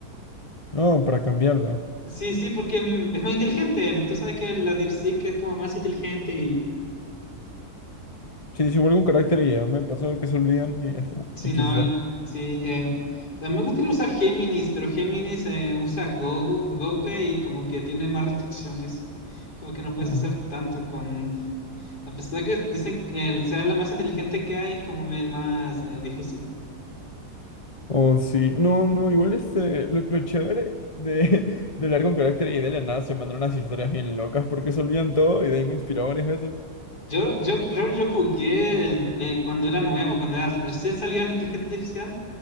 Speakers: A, on the left; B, on the left.
A: No, para cambiarlo.
B: Sí, sí, porque mm, es más inteligente. el- Tú sabes que la DeepSeek es como más inteligente
A: Sí, sí, igual algún carácter y ya me ha pasado que se olvidan y ya, <laughs>
B: Sí,
A: equis
B: no,
A: de
B: sí. eh, también me gustaría usar Géminis, pero Géminis eh, usa Google Google y como que tiene más restricciones. Como que no puedes
A: Oh,
B: hacer tanto con... A pesar de que dicen que el ser la más inteligente que hay es como me- más eh, difícil.
A: Oh, sí, no, no, igual este, lo, lo chévere de, <laughs> de hablar con carácter y de la nada se mandaron unas historias bien locas porque se olvidan todo y de ahí me inspiró varias veces.
B: Yo, yo, yo, yo jugué el- eh, cuando era nuevo, cuando era, recién salía la inteligencia artificial